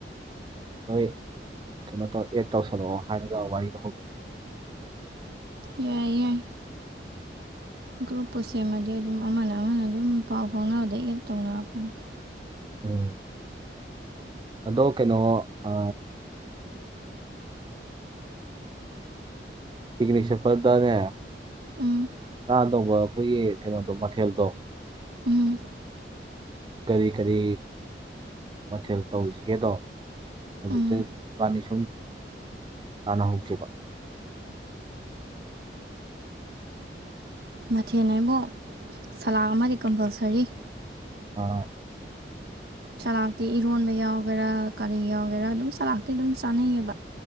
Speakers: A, on the right; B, on the right.
A: ꯅꯣꯏ ꯀꯩꯅꯣ ꯇꯧ ꯑꯦꯠ ꯇꯧꯁꯜꯂꯛꯑꯣ ꯍꯥꯏꯔꯒ ꯋꯥꯔꯤꯗ ꯍꯧꯗꯣꯛ
B: ꯌꯥꯏ ꯌꯥꯏ ꯒ꯭ꯔꯨꯞꯄꯨ ꯁꯦꯝꯃꯗꯤ ꯑꯗꯨꯝ ꯑꯃꯅ ꯑꯃꯅ ꯑꯗꯨꯝ ꯄꯥꯎ ꯐꯥꯎꯅꯕꯗ ꯑꯦꯠ ꯇꯧꯅꯔꯛꯄꯅꯤ
A: <inaudible> ꯑꯗꯣ ꯀꯩꯅꯣ ꯑ ꯄꯤꯛꯅꯤꯛ ꯁꯄꯗꯅꯦ
B: ꯎꯝ
A: ꯆꯥꯗꯧꯕ ꯑꯩꯈꯣꯏꯒꯤ ꯀꯩꯅꯣꯗꯣ ꯃꯊꯦꯜꯗꯣ
B: ꯎꯝ
A: ꯀꯔꯤ ꯀꯔꯤ ꯃꯊꯦꯜ ꯇꯧꯁꯤꯒꯦꯗꯣ ꯍꯧꯖꯤꯛꯇꯕꯥꯅꯤ
B: ꯎꯝ
A: ꯁꯨꯝ ꯇꯥꯟꯅ ꯍꯧꯁꯦꯕ
B: ꯃꯊꯦꯜ ꯍꯥꯏꯕꯨ ꯁꯂꯥ ꯑꯃꯗꯤ ꯀꯝꯄꯜꯁꯔꯤ
A: ꯑ
B: ꯁꯂꯥꯇꯤ ꯏꯔꯣꯟꯕ ꯌꯥꯎꯒꯦꯔꯥ ꯀꯔꯤ ꯌꯥꯎꯒꯦꯔ ꯑꯗꯨꯝ ꯁꯂꯥꯇꯤ ꯑꯗꯨꯝ ꯆꯥꯅꯩꯌꯦꯕ